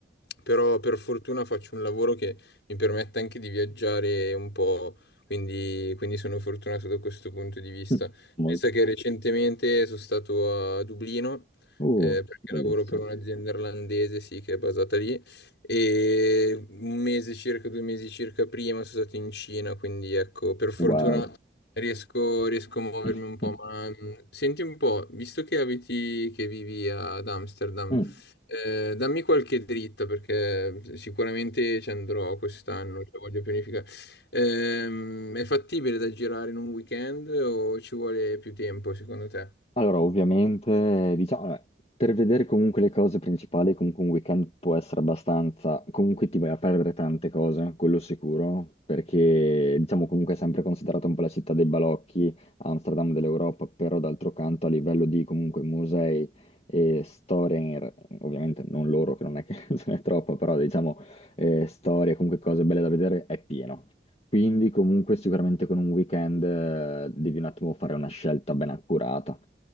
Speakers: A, on the left; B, on the left.
A: però per fortuna faccio un lavoro che mi permette anche di viaggiare un po', quindi, quindi sono fortunato da questo punto di vista.
B: <laughs>
A: Penso che
B: Molto.
A: recentemente sono stato a Dublino
B: Uh,
A: eh, perché
B: bellezza.
A: lavoro per un'azienda irlandese, sì, che è basata lì e un mese circa, due mesi circa prima sono stato in Cina, quindi ecco, per fortuna
B: Wow.
A: riesco, riesco a muovermi
B: <laughs>
A: un po', ma mh, senti un po', visto che abiti, che vivi ad Amsterdam,
B: Mm.
A: eh, dammi qualche dritta perché sicuramente ci andrò quest'anno, cioè voglio pianificare. Ehm, è fattibile da girare in un weekend o ci vuole più tempo secondo te?
B: Allora, ovviamente, diciamo, vabbè, per vedere comunque le cose principali, comunque un weekend può essere abbastanza, comunque ti vai a perdere tante cose, quello sicuro, perché diciamo comunque è sempre considerata un po' la città dei balocchi, Amsterdam dell'Europa, però d'altro canto a livello di comunque musei e storie, in re- ovviamente non loro, che non è che <laughs> ce n'è troppo, però diciamo eh, storie, comunque cose belle da vedere, è pieno. Quindi comunque sicuramente con un weekend eh, devi un attimo fare una scelta ben accurata.